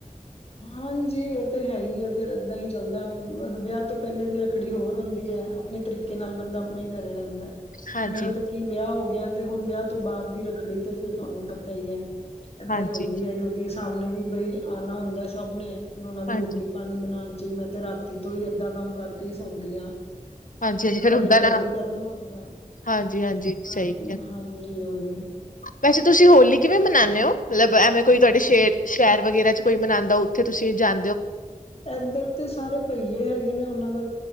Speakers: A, on the left (about 45°); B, on the left (about 75°).
A: ਹਾਂਜੀ, ਉਹ ਤੇ ਹੈ ਹੀ ਐ, ਫੇਰ ਏਦਾਂ ਹੀ ਚੱਲਦਾ ਹੁਣ ਵਿਆਹ ਤੋਂ ਪਹਿਲੇ ਦੀ ਰੱਖੜੀ ਹੋਰ ਹੁੰਦੀ ਐ। ਆਪਣੇ ਤਰੀਕੇ ਨਾਲ ਬੰਦਾ ਆਪਣੇ ਹੀ ਘਰੇ ਰਹਿੰਦਾ।
B: ਹਾਂਜੀ
A: ਹੁਣ ਮੇਰਾ ਤੇ ਕੀ ਵਿਆਹ ਹੋ ਗਿਆ, ਤੇ ਹੁਣ ਵਿਆਹ ਤੋਂ ਬਾਅਦ ਦੀ ਰੱਖੜੀ ਤੇ ਫਿਰ ਤੁਹਾਨੂੰ ਪਤਾ ਹੀ ਹੈ। ਏਦਾਂ
B: ਹਾਂਜੀ
A: ਹੀ ਹੁੰਦੀ ਹੈ, ਕਿਉਂਕਿ ਸਾਹਮਣੇ ਵੀ ਬਈ ਆਣਾ ਹੁੰਦਾ ਸਭ ਨੇ, ਫਿਰ ਉਹਨਾਂ ਦੀ
B: ਹਾਂਜੀ
A: ਰੋਟੀ ਪਾਣੀ ਬਣਾਣ 'ਚ ਹੀ ਮੈਂ ਤਾਂ ਰਾਤੀ ਤੋਂ ਹੀ ਅੱਧਾ ਕੰਮ ਕਰਕੇ ਹੀ ਸੌਂਦੀ ਹਾਂ।
B: ਹਾਂਜੀ
A: ਕਿਉਂਕਿ
B: ਹਾਂਜੀ ਫਿਰ
A: ਕੱਲੇ
B: ਹੁੰਦਾ
A: ਮੈਂ
B: ਨਾ
A: ਹੀ ਕਰਨਾ ਹੁੰਦਾ।
B: ਹਾਂਜੀ-ਹਾਂਜੀ,
A: ਹਾਂ
B: ਸਹੀ ਕਿਹਾ।
A: ਹਾਂਜੀ ਉਹੀ
B: ਵੈਸੇ ਤੁਸੀਂ ਹੋਲੀ ਕਿਵੇਂ ਮੰਨਾਨੇ ਹੋ ਮਤਲਬ ਐਵੇਂ ਕੋਈ ਤੁਹਾਡੇ ਸ਼ੇਰ ਸ਼ਹਿਰ ਵਗੈਰਾ ਚ ਕੋਈ ਮਨਾਉਂਦਾ ਉੱਥੇ ਤੁਸੀਂ ਜਾਂ
A: ਇਦਰ ਤੇ ਸਾਰੇ ਪਹੀਏ ਹੈਗੇ ਨੇ ਉਹਨਾਂ ਦਾ